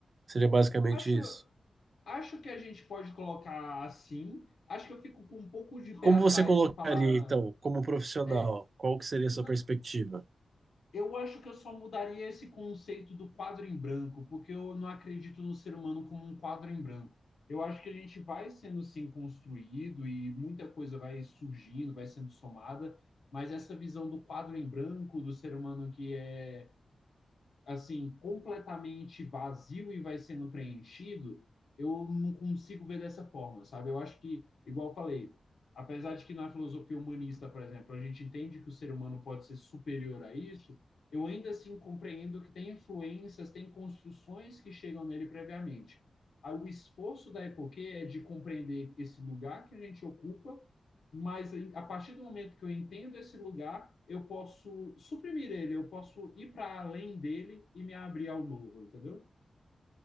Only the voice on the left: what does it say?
acho,
Acho que a gente pode colocar assim. Acho que eu fico com um pouco de pé
atrás
de falar.
É,
na-
eu acho que eu só mudaria esse conceito do quadro em branco, porque eu não acredito no ser humano como um quadro em branco. Eu acho que a gente vai sendo sim construído e muita coisa vai surgindo, vai sendo somada, mas essa visão do quadro em branco, do ser humano que é assim, completamente vazio e vai sendo preenchido, eu não consigo ver dessa forma, sabe? Eu acho que, igual eu falei, apesar de que na filosofia humanista, por exemplo, a gente entende que o ser humano pode ser superior a isso, eu ainda assim compreendo que tem influências, tem construções que chegam nele previamente. Ah, O esforço da Epoquê é de compreender esse lugar que a gente ocupa mas a partir do momento que eu entendo esse lugar, eu posso suprimir ele, eu posso ir para além dele e me abrir ao novo, entendeu?